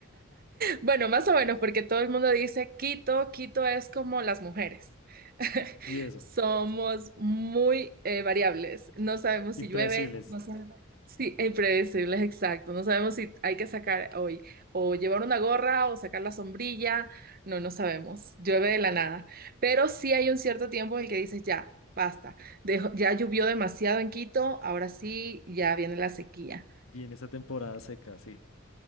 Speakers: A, on the right; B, on the left.
A: Bueno, más o menos, porque todo el mundo dice Quito, Quito es como las mujeres. <laughs>
B: <laughs> y eso.
A: Somos muy eh, variables. No sabemos
B: Impredecibles.
A: si llueve, no sabemos. Sí, e impredecibles, exacto. No sabemos si hay que sacar hoy o llevar una gorra o sacar la sombrilla. No, no sabemos. Llueve de la nada. Pero sí hay un cierto tiempo en el que dices, ya, basta. Dejo- ya llovió demasiado en Quito, ahora sí, ya viene la sequía.
B: Viene esa temporada seca, sí.